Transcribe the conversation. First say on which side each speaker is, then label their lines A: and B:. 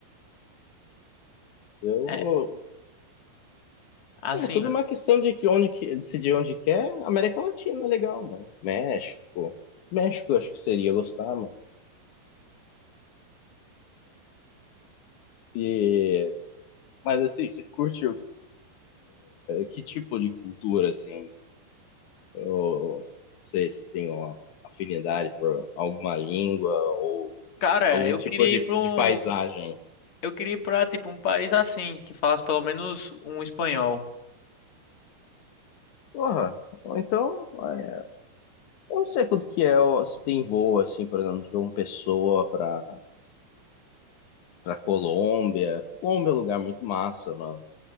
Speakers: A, on the left; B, on the left.
A: Eu.
B: é assim,
A: É tudo uma questão de que onde que, decidir onde quer, América Latina é legal, mano. México. México eu acho que seria gostar, mano. E, mas assim, você curte o- que tipo de cultura, assim? ou vocês têm uma afinidade por alguma língua ou
B: cara,
A: algum
B: eu
A: tipo
B: queria
A: de,
B: ir pra um,
A: de paisagem.
B: eu queria ir pra tipo um país assim, que falasse pelo menos um espanhol.
A: Porra, ou então, é, eu não sei quanto que é, ó, se tem voo, assim, por exemplo, de João Pessoa pra, pra Colômbia. Colômbia é um lugar muito massa, mano.